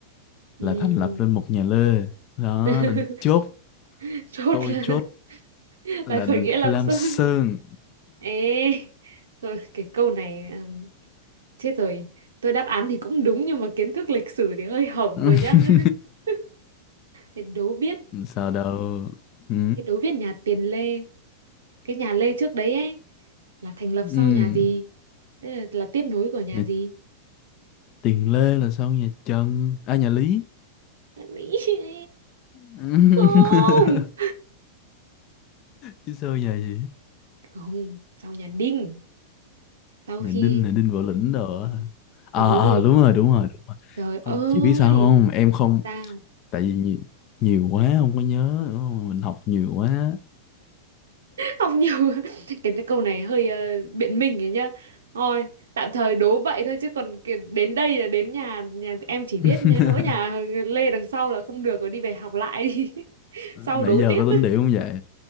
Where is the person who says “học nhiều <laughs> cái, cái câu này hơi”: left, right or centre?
Right